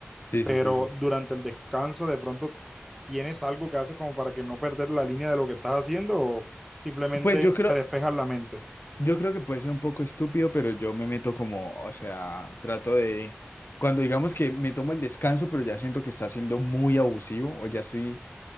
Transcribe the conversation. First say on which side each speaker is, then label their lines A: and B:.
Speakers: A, on the left (about 60°); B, in the centre.
A: Sí,
B: pero
A: sí, sí, sí.
B: durante el descanso de pronto tienes algo que haces como para que no perder la línea de lo que estás haciendo o simplemente
A: Pues yo creo,
B: te despejas la mente.
A: yo creo que puede ser un poco estúpido, pero yo me meto como, o sea, trato de, cuando digamos que me tomo el descanso, pero ya siento que está siendo muy abusivo o ya estoy